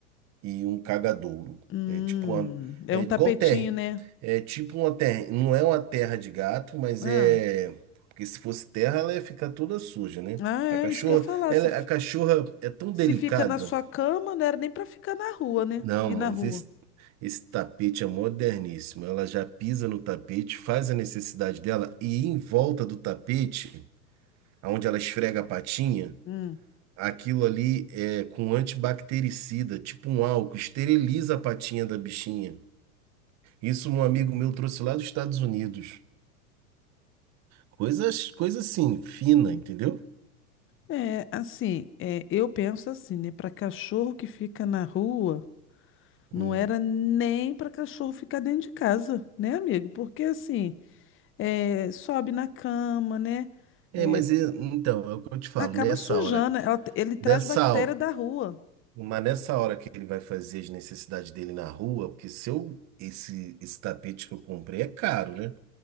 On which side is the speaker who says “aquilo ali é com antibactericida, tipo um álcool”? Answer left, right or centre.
Right